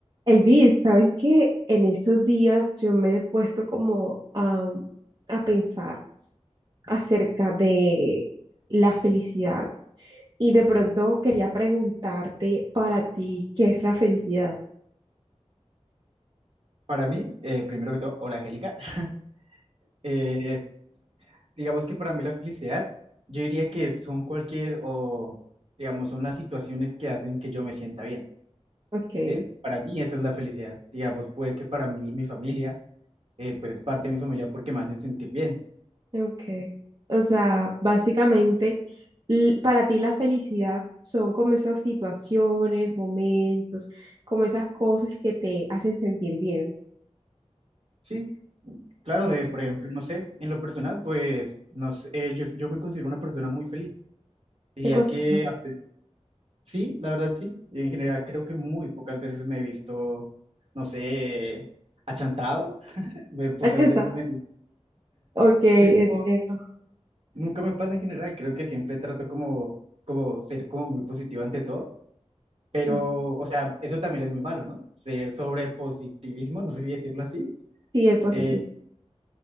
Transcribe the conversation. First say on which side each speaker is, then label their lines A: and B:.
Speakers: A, on the right (about 40°); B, on the right (about 60°).
A: Elvis, ¿sabes qué? En estos días yo me he puesto como a, a pensar acerca de la felicidad y de pronto quería preguntarte para ti, ¿qué es la felicidad?
B: Para mí, eh, primero que todo, hola Angélica. <laughs> Eh, digamos que para mí la felicidad, yo diría que son cualquier o, digamos, son las situaciones que hacen que yo me sienta bien,
A: Okay,
B: ¿sí? Para mí esa es la felicidad. Digamos, puede que para mí mi familia, eh, pues es parte de mi familia porque me hacen sentir bien.
A: okay. O sea, básicamente, l- para ti la felicidad son como esas situaciones, momentos, como esas cosas que te hacen sentir bien.
B: Sí, claro,
A: Okay.
B: de, por ejemplo, no sé, en lo personal, pues, no sé, eh, yo, yo me considero una persona muy feliz. Diría
A: ¿Te consideras
B: que
A: una-
B: a- sí, la verdad sí. En general creo que muy pocas veces me he visto, no sé, achantado ve
A: <laughs>
B: pocas
A: acertado?
B: veces me...
A: Ok, entiendo.
B: Sí, no, nunca me pasa en general, creo que siempre trato como, como ser como muy positivo ante todo, pero,
A: Ok,
B: o sea, eso también es muy malo, ¿no? Ser sobre positivismo, no sé si decirlo así,
A: Sí, el positivo.
B: eh,